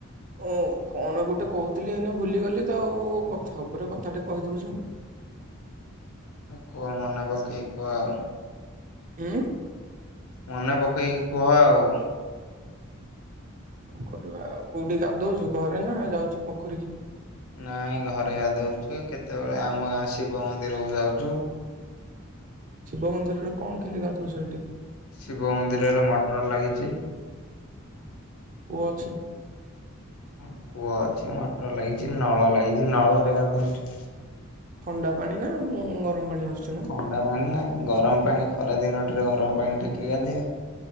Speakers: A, on the right; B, on the left.
A: ଓ କଣ ଗୋଟେ କହୁଥିଲି ଏଇନ ଭୁଲିଗଲି ତ ଆଉ କଥା ଉପରେ କଥା ଟେ କହିଦଉଛୁ।
B: ଆଉ କୁହ ମନେ ପକେଇ କୁହ ଆଉ।
A: ଉଁ
B: ମନେ ପକେଇକି କୁହ ଆଉ।
A: କରିବା ଆଉ କୋଉଠି ଗାଧଉଛୁ ଘରେ ନା ଯାଉଛୁ ପୋଖରୀ କି
B: ନାଇଁ ଘରେ ଗାଧଉଛିୁ କେତେବେଳେ ଆମ ଗାଁ ଶିବ ମନ୍ଦିର କୁ ଯାଉଛୁ।
A: ଶିବ ମନ୍ଦିର ରେ କଣ କେମତି ଗାଧୋଉଛ?
B: ଶିବ ମନ୍ଦିରରେ ମଟର ଲାଗିଛି।
A: କୁଅ ଅଛି।
B: ହଁ କୂଅ ଅଛି, ମଟର ଲାଗିଛି, ନଳ ଲାଗିଛି। ନଳରେ ଗାଧଉଛିୁ।
A: ଥଣ୍ଡା ପାଣି ନାଉ ଗରମ ପାଣି ଆସୁଛି ମ
B: ଥଣ୍ଡା ପାଣି ନା ଗରମ ପାଣି ଖରା ଦିନ ଟରେ ଗରମ ପାଣି କିଏ ଗାଧଅ